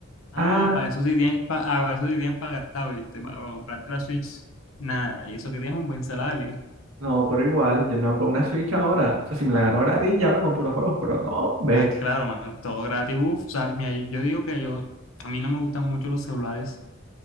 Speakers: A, on the left; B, on the right.
A: Ah,
B: Ah,
A: para eso sí tienes, pa- ah, para eso sí tienes para gastar, ¿viste? Para comprarte la Switch, nada, y eso que tienes un buen salario.
B: no, pero igual, yo no compro una Switch ahora. O sea, si me la gano gratis, ya me compro los juegos, pero no, me.
A: Ah, claro, man, todo gratis, uff, o sea, mira, yo digo que yo, a mí no me gustan mucho los celulares